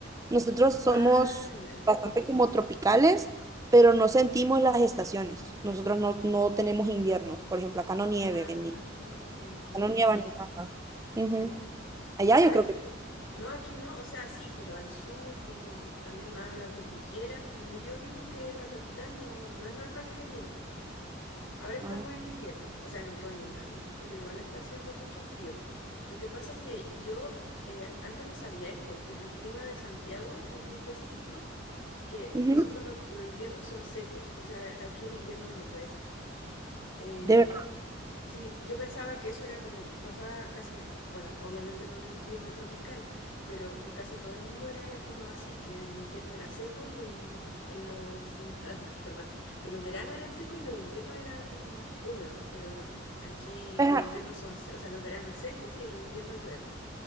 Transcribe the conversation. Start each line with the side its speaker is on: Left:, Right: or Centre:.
Right: nosotros somos
Left: Ah, ya.
Right: bastante como tropicales, pero no sentimos las estaciones. Nosotros no, no tenemos invierno. Por ejemplo, acá no nieve,
Left: Ah,
Right: ni,
Left: entiendo.
Right: acá no nieva ni nada. Ujú.
Left: Sí. Es
Right: Allá
Left: que sabes
Right: yo creo que...
Left: que... No, aquí no, o sea, sí, pero al sur, como también más a la cordillera, donde yo vivo, que en la capital no, no es normal que nieve. Ahora estamos
Right: ah,
Left: en invierno, o sea, en otoño en realidad, pero igual está haciendo mucho frío. Lo que pasa es que yo eh, antes no sabía esto, pero el clima de Santiago en específico que
Right: ujú.
Left: nosotros no, los inviernos son secos, o sea, aquí en invierno no llueve. Eh,
Right: De
Left: sí, yo pensaba que eso era como, pasaba casi, bueno, obviamente no en el clima tropical, pero en casi todo el mundo era como así, que en invierno era seco y en, en los, in- <laughs> ah, perdón, que los veranos eran secos y los inviernos eran húmedos, pero no. Aquí
Right: verdad.
Left: los inviernos son, se- o sea, los veranos secos y en los inviernos llueve.